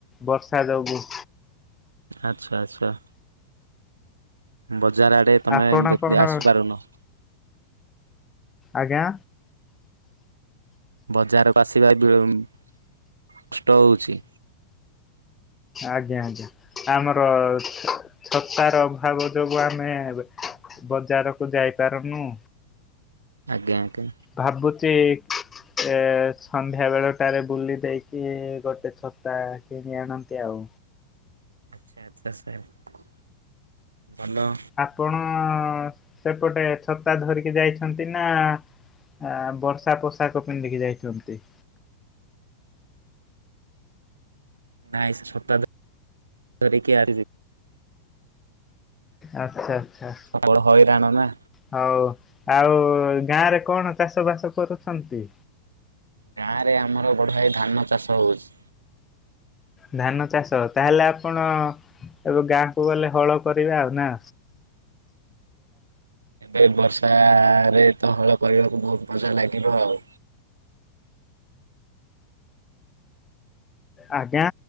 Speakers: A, on the left; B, on the right.
A: ବର୍ଷା ଯୋଗୁ।
B: ଆଚ୍ଛା ଆଚ୍ଛା। ବଜାର ଆଡେ ତମେ
A: ଆପଣ
B: ଯଦି
A: କଣ
B: ଆସିପାରୁନ।
A: ଆଜ୍ଞା।
B: ବଜାରକୁ ଆସିବା କଷ୍ଟ ହଉଛି।
A: ଆଜ୍ଞା ଆଜ୍ଞା ଆମର ଛତାର ଅଭାବ ଯୋଗୁ ଆମେ ବଜାରକୁ ଯାଇପାରୁନୁ।
B: ଆଜ୍ଞା ଆଜ୍ଞା।
A: ଭାବୁଛି। ଏ ସନ୍ଧ୍ୟା ବେଳ ଟାରେ ବୁଲି ଦେଇକି ଗୋଟେ ଛତା କିଣି ଆଣନ୍ତି ଆଉ।
B: <unintelligible> ଭଲ।
A: ଆପଣ ସେପଟେ ଛତା ଧରିକି ଯାଇଛନ୍ତି ନା ଆ ବର୍ଷା ପୋଷାକ ପିନ୍ଧିକି ଯାଇଛନ୍ତି?
B: ନାଇଁ ସେ ଛତା ଧ ଧରିକି ଆ
A: ଆଚ୍ଛା ଆଚ୍ଛା।
B: ପର୍ବଳ ହଇରାଣ ନା!
A: ହଉ। ଆଉ ଗାଁ ରେ କଣ ଚାଷ ବାସ କରୁଛନ୍ତି?
B: ଗାଁରେ ଆମର ବଢ଼ାଇ ଧାନ ଚାଷ ହେଉଛି।
A: ଧାନ ଚାଷ ତାହେଲେ ଆପଣ ଏବେ ଗାଁକୁ ଗଲେ ହଳ କରିବା ଆଉ ନା?
B: ଏ ବର୍ଷାରେ ତ ହଳ କରିବାକୁ ବହୁତ ମଜା ଲାଗିବ ଆଉ।
A: ଆଜ୍ଞା